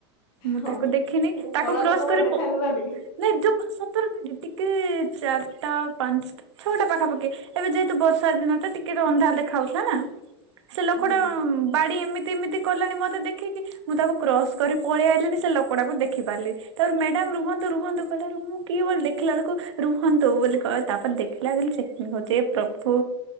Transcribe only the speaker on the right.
ମୁଁ
ତାକୁ ଦେଖିନଇଁ
ତାକୁ
କ୍ରସ୍
କରି
ପ ନାଇଁ ଜମା ସତରେ ଦିଦି ଟିକେ ଚାର୍ଟା ପାନ୍ସଟା। ଛଅ ଟା ପାଖାପାଖି ଏବେ ଯେହେତୁ ବର୍ଷା ଦିନଟା ଟିକେ ରୁ ଅନ୍ଧାୟ ଦେ ଖାଉଥିଲା ନା ସେ ଲୋଖଟା
ବାଡି ଇମିତି ଇମିତି କଲାଣି ମତେ ଦେଖିକି ମୁଁ ତାକୁ କ୍ରସ୍ କରି ପଳେଇ ଆଇଲିଣିି ସେ ଲୋକଟାକୁ ଦେଖି ପାରିଲି। ତାପରେ ମ୍ୟାଡାମ୍ ରୁହନ୍ତୁ ରୁହନ୍ତୁ। କଇଲା ରୁ ମୁଁ କିଏ ବୋଲି ଦେଖିଲା ଏଳୁକୁ ରୁହନ୍ତୁ ବୋଲି କ ତାପରେ ଦେଖିଲା ବେଲୁ ଚେକିଂ ହୋଉଛି ଏ ପ୍ରଭୁ।